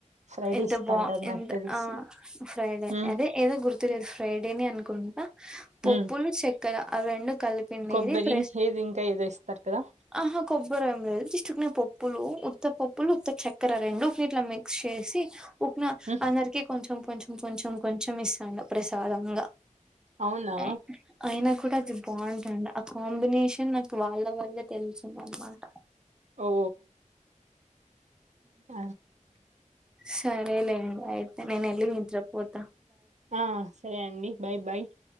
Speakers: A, on the right (about 60°); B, in the centre.
A: ఫ్రైడే
B: ఎంత
A: ఇస్తాంటారు
B: బా ఎంత
A: నాకు తెలిసి
B: ఆ ఫ్రైడే
A: ఉమ్
B: అదే ఏదో గుర్ లేదు ఫ్రైడేనే అనుకుంటా పప్పులు
A: ఉమ్
B: చెక్కర అవి రెండు కల్ నిది
A: కొబ్బరి
B: ఫ్రె
A: ఏది ఇంకా ఏదో ఇస్తారు కదా
B: అహ కొబ్బరి ఏం లేదు జస్ చ్చుకునే పప్పులు ఉత్త పప్పులు ఉత్త చక్కెర రెండు ఇట్లా మిక్స్ చేసి ఉక్న
A: ఉమ్
B: అందరికిీ కొంచెం కొంచెం కొంచెం కొంచెం ఇస్తా ఇంగ ప్రసాదంగా
A: అవునా
B: ఐ- అయినా కూడా అది బాగుం కాంబినేషన్ నాకు వాళ్ళ వళ్ళే తెలిసిందన్నమాట
A: ఓ అ
B: సరే లే ఇంగ అయితే నేను ఎళ్ళి నిద్ర పోత
A: ఆ సరే అండి బాయ్ బాయ్